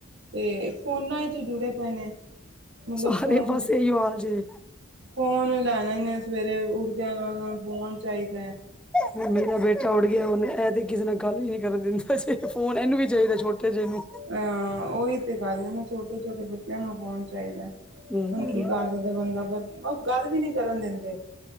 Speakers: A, on the right; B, in the centre.
A: ਤੇ ਫੋਨਾਂ ਚ ਜੁੜੇ ਪਏ ਨੇ। ਮਤਲਬ
B: ਸਾਰੇ
A: ਫੋਨ
B: ਪਾਸੇ ਇਹੀ ਹੋ ਹਾਲ ਜੇ।
A: ਫੋਨ ਲੈਣੇ ਨੇ ਸਵੇਰੇ ਉੱਠਦਿਆਂ ਨਾਲ ਫੋਨ ਚਾਹੀਦਾ ਹੈ।
B: ਹੁਣ ਮੇਰਾ ਬੇਟਾ ਉੱਠ ਗਿਆ। ਉਹਨੇ ਇਹ ਤੇ ਕਿਸੇ ਨਾਲ ਗੱਲ ਵੀ ਨੀ ਕਰਨ ਦਿੰਦਾ ਜੀ। ਫੋਨ ਇਹਨੂੰ ਵੀ ਚਾਹੀਦਾ ਛੋਟੇ ਜਿਹੇ ਨੂੰ।
A: ਹਾਂ ਉਹੀ ਤੇ ਗੱਲ ਨਾ ਛੋਟੇ ਛੋਟੇ ਬੱਚਿਆਂ ਨੂੰ ਫੋਨ ਚਾਹੀਦਾ ਹੈ।
B: ਹੂੰ-ਹੂੰ।
A: ਹੁਣ ਕੀ ਕਰ ਸਕਦਾ ਬੰਦਾ ਬ ਉਹ ਗੱਲ ਵੀ ਨਹੀਂ ਕਰਨ ਦਿੰਦੇ।